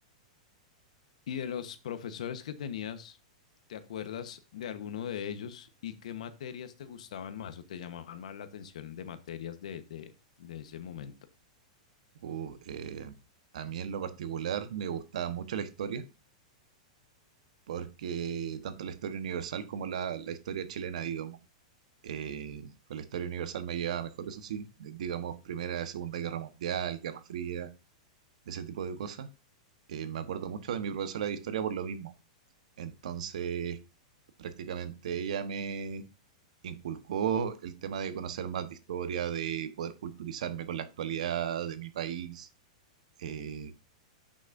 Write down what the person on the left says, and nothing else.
Y de los profesores que tenías, ¿te acuerdas de alguno de ellos y qué materias te gustaban más o te llamaban más la atención de materias de, de, de ese momento?